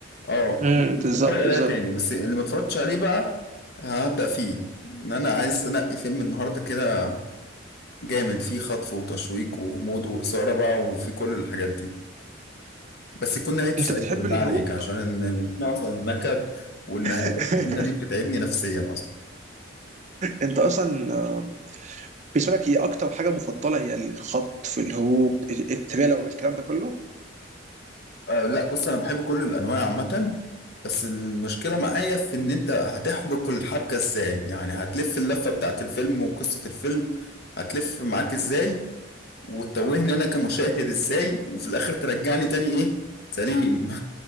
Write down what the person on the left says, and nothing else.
اه
مش
هتفرج عليها
تاني بس اللي ما اتفرجتش عليه بقى هبدأ فيه ان انا عايز انقي فيلم النهارده كده جامد فيه خطف وتشويق وغموض واثاره بقى وفي كل الحاجات دي بس يكون نهايته
سعيده
بالله
عليك عشان إن- مش نوصل النكد والنهايات
الحزينه دي بتتعبني نفسيا اصلا
آه لا بص انا بحب كل الانواع عامه بس المشكله معايا في ان انت هتحبك الحبكه ازاي يعني هتلف اللفه بتاعت الفيلم وقصه الفيلم هتلف معاك ازاي وتوهني انا كمشاهد ازاي وفي الاخر ترجعني تاني ايه سليم <laughs>